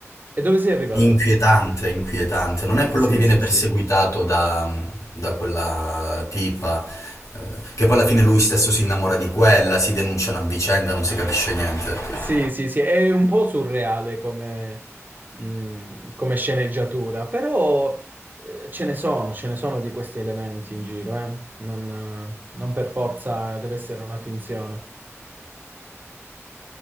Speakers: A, on the right (about 35°); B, on the left (about 85°).
A: E dove sei arrivato?
B: Inquietante, inquietante. Non
A: Sì,
B: è quello
A: sì,
B: che viene
A: sì,
B: perseguitato
A: sì.
B: da, da quella tipa, eh, che poi alla fine lui stesso si innamora di quella, si denunciano a vicenda, non si capisce niente.
A: Sì, sì, sì, è un po' surreale come, mh, come sceneggiatura, però eh, ce ne sono, ce ne sono di questi elementi in giro, eh. Non, eh, non per forza deve essere una finzione.